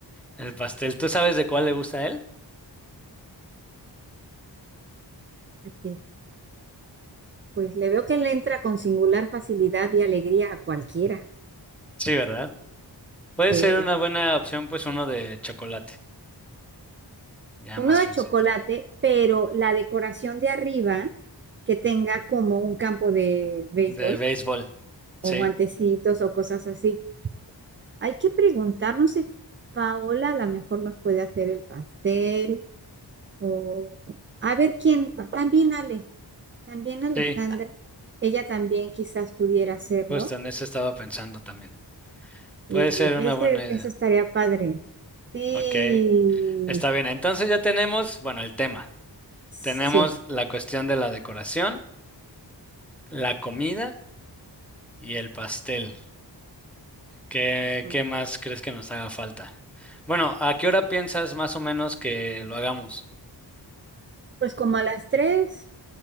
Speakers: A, in the centre; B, on the right (about 30°).
A: el pastel. ¿Tú sabes de cuál le gusta a él?
B: Pastel. Pues le veo que le entra con singular facilidad y alegría a cualquiera.
A: Sí, ¿verdad? Puede
B: Sí.
A: ser una buena opción, pues uno de chocolate, ya
B: Uno
A: más
B: de
A: fácil.
B: chocolate, pero la decoración de arriba que tenga como un campo de béisbol
A: De béisbol, sí,
B: o guantecitos o cosas así. Hay que preguntar, no sé, Paola a lo mejor nos puede hacer el pastel o a ver quién, también Ale, también Alejandra,
A: sí,
B: ella también quizás pudiera hacerlo
A: justo en eso estaba pensando también. Puede
B: y
A: ser
B: ese,
A: una buena idea.
B: eso estaría padre. Sí,
A: Ok. Está bien, entonces ya tenemos, bueno, el tema.
B: sí.
A: Tenemos la cuestión de la decoración, la comida y el pastel. ¿Qué,
B: Ujú.
A: qué más crees que nos haga falta? Bueno, ¿a qué hora piensas más o menos que lo hagamos?
B: Pues como a las tres.